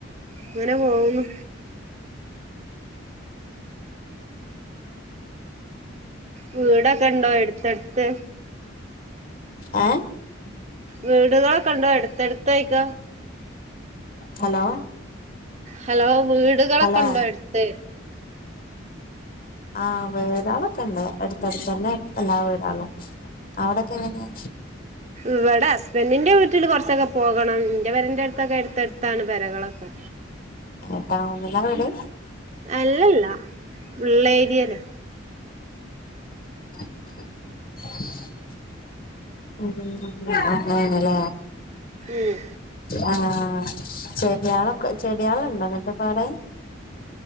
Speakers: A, on the right; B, on the left.
A: അങ്ങനെ പോകുന്നു വീടൊക്കെ ഇണ്ടോ എടുത്തെടുത്ത്
B: ഏ <unintelligible>
A: വീടുകളൊക്കെ ഉണ്ടോ എടുത്തെടുത്തഴക്ക
B: ഹലോ
A: ഹലോ വീടുകളൊക്കെ
B: ഹലോ
A: ഉണ്ടോ എടുത്ത്
B: ആഹ് വേതാളൊക്കെ ഇണ്ട് അടുത്തടുത്ത് തന്നെ എല്ലാ വേതാളോ അവിടൊക്കെ എങ്ങെ
A: ഇവിടെ ഹസ്ബൻഡിന്റെ വീട്ടിൽ കുറച്ചൊക്കെ പോകണം എന്റെ വരന്റെറ അടുത്തൊക്കെ എടുത്ത്ടുത്താണ് പെര കളൊക്കെ
B: ഏ ടൗണിലാ എവിടെ
A: അല്ലല്ല ഉള്ള ഏരിയല്
B: അ <unintelligible> ഉ അണല്ല
A: ഉം
B: ആഹ ചെടയാളൊക്കെ ചെടയാളുണ്ടോ എന്നിട്ട പാട